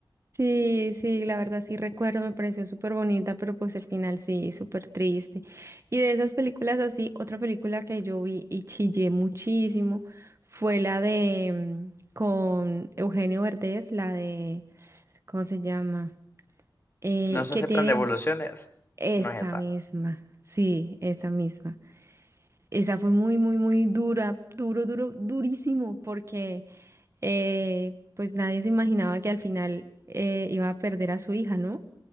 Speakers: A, on the right; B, on the left.
A: Sí, sí, la verdad sí recuerdo, me pareció súper bonita, pero pues el final sí, súper triste. Y de esas películas así, otra película que yo vi y chillé muchísimo fue la de mm, con Eugenio Verdez, la de, ¿cómo se llama? Eh,
B: No se
A: que
B: aceptan
A: tiene
B: devoluciones,
A: esta
B: no es esa.
A: misma, sí, esa misma. Esa fue muy, muy, muy dura, duro, duro, durísimo, porque eh, pues nadie se imaginaba que al final eh, iba a perder a su hija, ¿no?